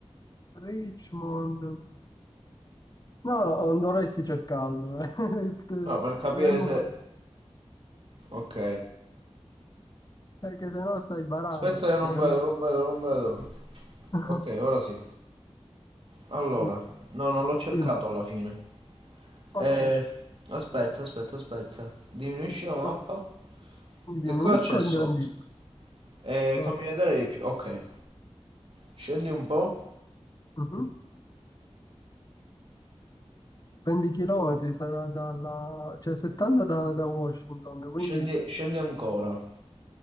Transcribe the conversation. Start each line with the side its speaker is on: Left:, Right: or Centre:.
Left: Richmond. No, no, non dovresti cercarlo. eh. <laughs> Te-
Right: No, per capire
Left: Dovremmo...
Right: se...
Left: pro-
Right: Ok.
Left: Perché sennò stai barando.
Right: Aspetta
Left: cioè,
Right: che non
Left: dovremmo...
Right: vedo, non vedo, non vedo.
Left: <laughs>
Right: Ok, ora sì. Allora.
Left: Mm,
Right: No, non l'ho cercato
Left: Dimmi.
Right: alla fine.
Left: Ok.
Right: Eh, aspetta, aspetta, aspetta. Diminuisci la mappa.
Left: No, mi
Right: Che
Left: diminuisco
Right: cosa c'è sotto?
Left: e ingrandisco.
Right: Eh,
Left: Ok.
Right: fammi vedere di più. Ok. Scendi un po'.
Left: Mhm. 20 km sarà dalla... cioè 70 da, da Washington, quindi
Right: Scendi, scendi ancora.